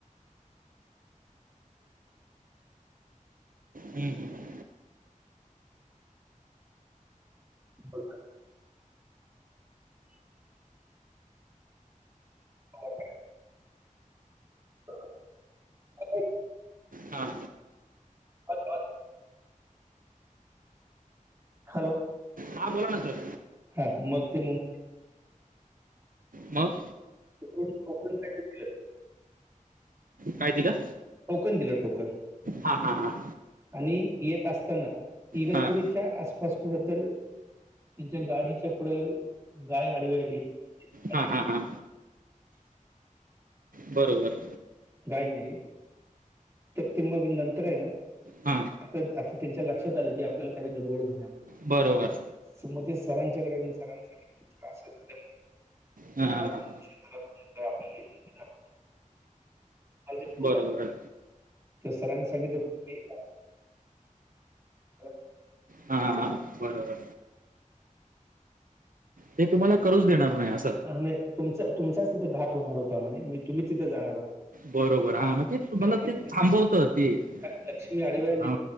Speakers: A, on the right; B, on the right.
A: हम् हम,
B: बर का <unintelligible> हो का? बर बर, आता येता ना? <unintelligible>
A: हां
B: अच <unintelligible> हॅलो.
A: हां बोला ना सर
B: हा मग ते मुंबई
A: मग?
B: तिकडून टोकन काहीतरी दिलं.
A: काय दिलं?
B: टोकन दिलं टोकन.
A: हा हा हा,
B: आणि येत असताना इगतपुरीच्या
A: हां
B: आसपास कुठ तर त्यांच्या गाडीच्या पुढं, गाय आडवी आली. आणि
A: हा हा
B: त्या
A: हा,, बरोबर.
B: गाय मेली, तर ते मग नंतर आहे ना
A: हा.
B: आता त्यांच्या लक्षात आलं की, आपल्याला काय गडबड झाल्या म्हणून.
A: बर- बर.
B: <unintelligible> ते सरांच्याकडे जाऊन सरांना सांगितलं असं झालं म्हणून. <unintelligible>
A: हां हां हां.
B: <unintelligible> अगदी विकून
A: बरोबर
B: टाकू महणे ते सरांना सांगितलं <unintelligible> हो.
A: हा-. हा बरोबर, ते तुम्हाला करूच देणार नाही अस.
B: अरे नाही तुमच तुमचा सुद्धा घात होणार होता म्हणे, मग तुम्ही तिथं जाणार होता.
A: बरोबर, हा म्हण ते तुम्हाला
B: तर म्हणे
A: ते थांबवत ते.
B: ल लक्ष्मी
A: <unintelligible>
B: आडवी
A: हा